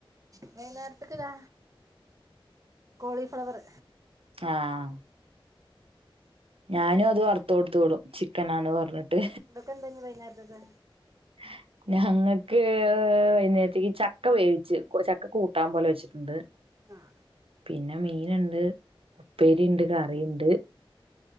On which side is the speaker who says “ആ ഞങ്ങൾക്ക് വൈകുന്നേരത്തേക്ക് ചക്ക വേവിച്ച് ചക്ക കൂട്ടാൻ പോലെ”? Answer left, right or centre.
Right